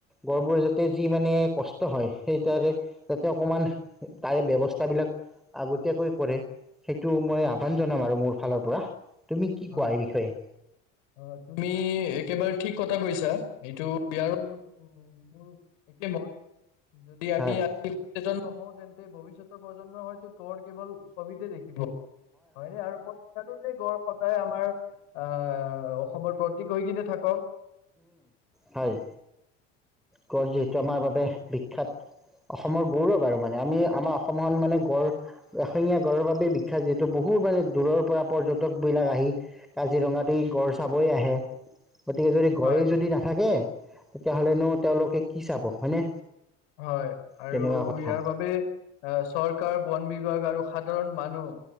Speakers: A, in the centre; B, on the left.
A: গড়বোৰ যাতে যি মানে কষ্ট হয়। সেই তাৰে যাতে অকমান তাৰে ব্যৱস্থাবিলাক আগতীয়াকৈ কৰে। সেইটো মই
B: হয়
A: আহ্বান জনাম আৰু মোৰ। ফালৰ পৰা। তুমি কি
B: হয়
A: কোৱা এই বিষয়ে
B: অঁ তুমি একেবাৰে ঠিক কথা কৈছা এইটো দিয়াৰো ম মোৰ একে মন। যদি আমি
A: হয়
B: আজি। সচেতন নহও তেন্তে ভৱিষ্যতৰ প্ৰজন্মই হয়তো গড় কেৱল ছবিতে দেখিব হয় নে আৰু প্ৰতিটো ড়গ আমাৰ আহ অসমৰ প্ৰতিক গৈ কিনে থাকক
A: হয় গঁড় যিহেতু আমাৰ বাবে বিখ্যাত অসমৰ গৌৰৱ আৰু মানে আমি আমাৰ অসমখন মানে গঁড় এশঙীয়া গড়ৰ বাব বিখ্যাত যিহেতু বহুত মানে দূৰৰ পৰা পৰ্যটকবিলাক আহি কাজিৰঙাতে গড় চাবই আহে গতিকে যদি। গড়ে
B: হয়
A: যদি নাথাকে তেতিয়াহ'লেনো তেওঁলোকে কি চাব হয়নে
B: হয় আৰু
A: তেনেকুৱা কথা
B: ইয়াৰ বাবে চৰকাৰ বন বিভাগ বিভাগ আৰু সাধাৰণ মানুহ